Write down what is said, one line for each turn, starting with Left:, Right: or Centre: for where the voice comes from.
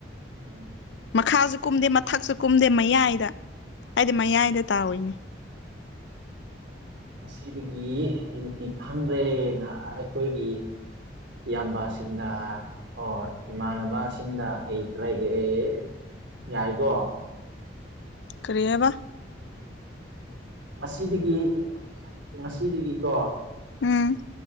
Right: ꯎꯝ
Left: ꯃꯈꯥꯁꯨ ꯀꯨꯝꯗꯦ ꯃꯊꯛꯁꯨ ꯀꯨꯝꯗꯦ ꯃꯌꯥꯏꯗ ꯑꯩꯗꯤ ꯃꯌꯥꯏꯗ ꯇꯥꯎꯏꯅꯦ
Right: <inaudible> ꯉꯁꯤꯗꯒꯤ ꯑꯩ ꯅꯨꯄꯤ ꯐꯪꯗ꯭ꯔꯦꯅ ꯑꯩꯈꯣꯏꯒꯤ ꯏꯌꯥꯝꯕꯁꯤꯡꯗ ꯑꯣ ꯏꯃꯥꯟꯅꯕꯁꯤꯡꯗ ꯍꯩꯈ꯭ꯔꯒꯦ ꯑꯩ ꯌꯥꯏꯀꯣ
Left: ꯀꯔꯤ ꯍꯥꯏꯕ
Right: ꯉꯁꯤꯗꯒꯤ ꯉꯁꯤꯗꯒꯤꯀꯣ
Left: ꯎꯝ